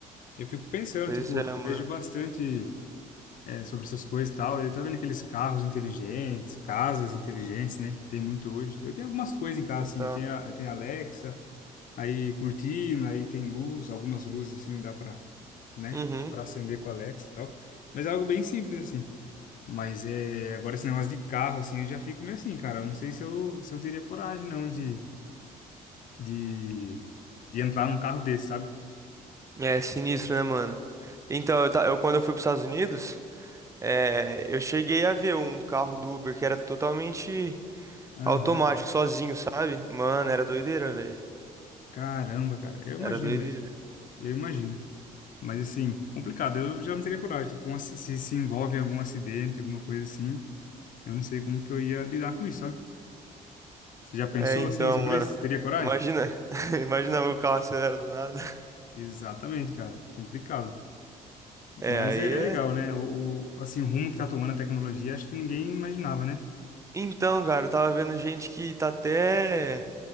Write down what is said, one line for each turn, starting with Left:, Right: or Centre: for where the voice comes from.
Left: Eu fico pensando,
Right: Pois
Left: tipo,
Right: é,
Left: eu
Right: mano.
Left: vejo bastante é, sobre essas coisas e tal. Eu tava vendo aqueles carros inteligentes, casas inteligentes, né? Que tem muito hoje. Eu tenho algumas coisas em casa,
Right: Então,
Left: assim. Eu tenho a, eu tenho a Alexa, aí cortina, aí tem luz, algumas luzes, assim, dá pra, né?
Right: uhum.
Left: Pra acender com a Alexa e tal. Mas é algo bem simples, assim. Mas é, agora esse negócio de carro, assim, eu já fico meio assim, cara. Eu não sei se eu, se eu teria coragem, não, de, de, de entrar num carro desse, sabe?
Right: É sinistro, né, mano? Então, eu, ta- eu- quando eu fui para os Estados Unidos, é, eu cheguei a ver um carro do Uber que era totalmente
Left: Aham.
Right: automático, sozinho, sabe? Mano, era doideira, velho.
Left: Caramba, cara, eu
Right: Era
Left: imagino
Right: doideira.
Left: mesmo. Eu imagino. Mas assim, complicado. Eu já não teria coragem. Tipo, um, aci- se se envolve em algum acidente, alguma coisa assim, eu não sei como que eu ia lidar com isso, sabe? Você já pensou
Right: É, então,
Left: assim sobre
Right: mano.
Left: isso? Você Teria coragem?
Right: Imagina, <laughs> imagina o carro acelera do nada.
Left: Exatamente, cara. Complicado.
Right: É,
Left: Mas
Right: aí
Left: é, é
Right: é.
Left: legal, né? O, o- assim, o rumo que tá tomando a tecnologia, acho que ninguém imaginava, né?
Right: Então, cara, eu tava vendo gente que tá até,